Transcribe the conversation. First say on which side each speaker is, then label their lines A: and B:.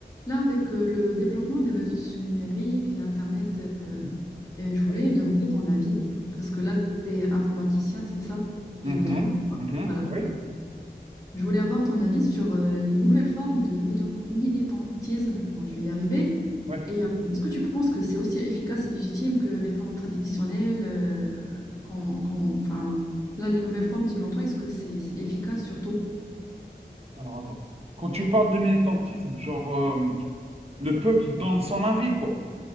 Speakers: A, on the left; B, on the right.
A: Là, avec euh, le développement des réseaux sociaux numériques et Internet,
B: Mhm.
A: euh,
B: Mhm.
A: et je voulais
B: Oui.
A: demander ton avis, parce que là, tu es informaticien, c'est ça?
B: Mhm,
A: Si je me trompe.
B: mhm,
A: Voilà.
B: oui,
A: Je voulais avoir ton avis sur euh, les nouvelles formes de milion- militantisme. Bon, je vais y arriver.
B: oui.
A: Et euh, est-ce que tu penses que c'est aussi efficace et légitime que les formes traditionnelles euh, qu'on- qu'on- enfin, là, les nouvelles formes, selon toi, est-ce que c'est c'est efficace surtout?
B: Alors attends. Quand tu parles de militantisme, genre euh, le peuple donne son avis, quoi.